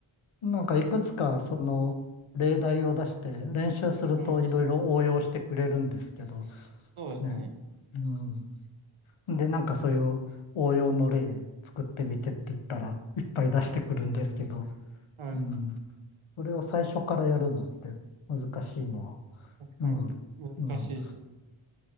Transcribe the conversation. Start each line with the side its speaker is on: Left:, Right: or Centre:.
Left: なんかいくつかその例題を出して練習するといろいろ応用してくれるんですけど、
Right: はい、そうですね。
Left: ね、うんで、なんかそういう応用の例作ってみてって言ったらいっぱい出してくるんですけど、
Right: はい、はい、
Left: うん、それを最初からやるのって難しいのは、うん、
Right: はい。難しいですね。
Left: うん、